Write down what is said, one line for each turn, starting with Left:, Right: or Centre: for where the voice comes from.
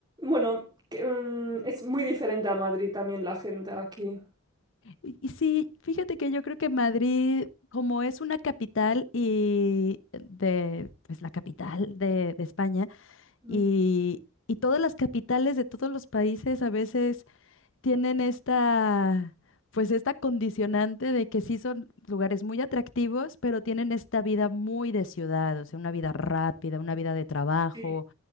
Right: bueno, que, mm, es muy diferente a Madrid también la gente aquí.
Left: Y y sí, fíjate que yo creo que Madrid, como es una capital y de, pues la capital de, de España,
Right: Mm,
Left: y, y todas las capitales de todos los países a veces tienen esta, pues esta condicionante de que sí son lugares muy atractivos, pero tienen esta vida muy de ciudad, o sea, una vida rápida, una vida de trabajo.
Right: Sí,